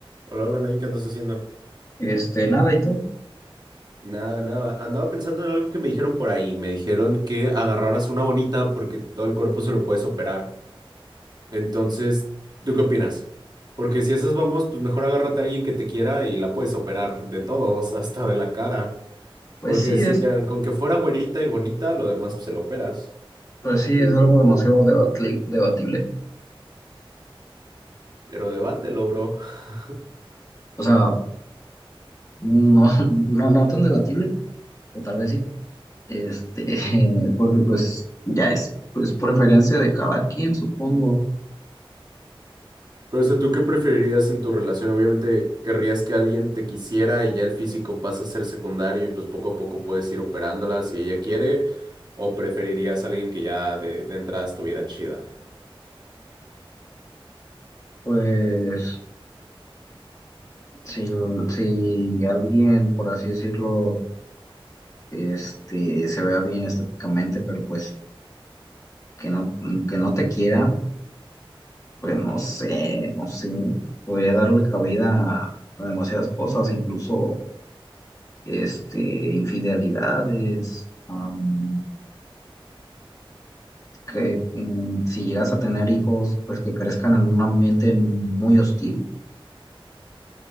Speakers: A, on the right; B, on the left.
A: Hola, hola, Nain, ¿qué andas haciendo?
B: Este, nada, ¿y tú?
A: Nada, nada. Andaba pensando en algo que me dijeron por ahí. Me dijeron que agarraras una bonita porque todo el cuerpo se lo puedes operar. Entonces, ¿tú qué opinas? Porque si esas vamos, pues mejor agárrate a alguien que te quiera y la puedes operar de todos, <laughs> hasta de la cara.
B: Pues
A: Porque
B: sí,
A: decían,
B: es,
A: con que fuera güerita y bonita, lo demás pues, se lo operas.
B: pues sí, es algo demasiado debatli- debatible.
A: Pero debátelo, bro. <laughs>
B: O sea, no, <laughs> no, no tan debatible, o tal vez sí. Este, <laughs> porque pues ya es, pues preferencia de cada quien, supongo.
A: Pero, o sea, ¿tú qué preferirías en tu relación? Obviamente querrías que alguien te quisiera y ya el físico pasa a ser secundario y pues poco a poco puedes ir operándola si ella quiere, o preferirías a alguien que ya de, de entrada estuviera chida.
B: Pues si, si alguien, por así decirlo, este, se vea bien estéticamente, pero pues que no, que no te quiera, pues no sé, no sé. Podría darle cabida a a demasiadas cosas, incluso. este, infidelidades, am, que mm, si llegas a tener hijos, pues que crezcan en un ambiente muy hostil,